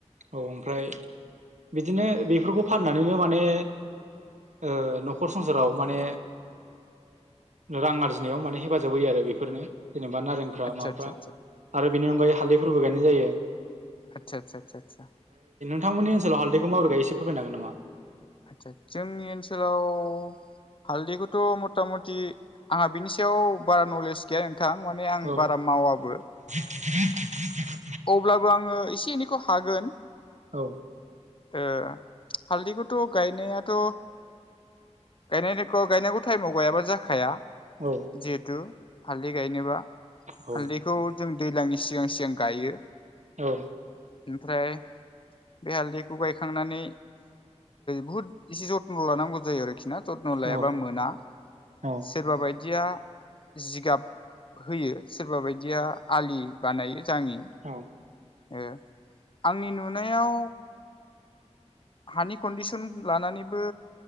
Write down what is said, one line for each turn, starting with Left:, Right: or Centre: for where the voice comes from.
Right: औ- ओमफ्राय बिदिनो बेफोरखौ फाननानैनो माने ओ न'खर संसाराव माने रां आरजिनायाव माने हेफाजाब होयो आरो बेफोरनो जेनेबा नारेंफ्रा
Left: आदसा
Right: माबाफ्रा
Left: आदसा आदसा
Right: आरो बेनि अनगायै हालदैफोरबो गायनाय जायो
Left: आच्छा आच्छा आच्छा आच्छा
Right: -थांमोननि ओनसोलाव हालदैखौ माबोरै गायो एसे फोरमायनो हागोन नामा
Left: आच्छा जोंनि ओनसोलाव हालदैखौथ' मथा मथि आंहा बिनि सायाव बारा नलेज गैया थां माने आं
Right: औ
Left: बारा मावाबो
Right: <unintelligible>
Left: अब्लाबो आङो एसे एनैखौ हागोन
Right: औ
Left: ओ हालदैखौथ' गायनायाथ' गायनांगौखौ गायनांगौ टाइमाव गायाबा जाखाया
Right: औ
Left: जिहेथु हाल्दै गायनोबा
Right: औ
Left: हालदैखौ जों दैज्लांनि सिगां सिगां गायो
Right: औ
Left: ओमफ्राय बे हालदैखौ गायखांनानै बुहुद इसे जत्न ' लानांगौ जायो आरोखि ना जत्न' लायाबा
Right: औ
Left: मोना
Right: औ
Left: सोरबा बायदि दिया जिगाब होयो सोरबा बायदिया आलि बानायो। जाङि
Right: औ ओ
Left: ओ आंनि नुनायाव हानि कन्दिस'न लानानैबो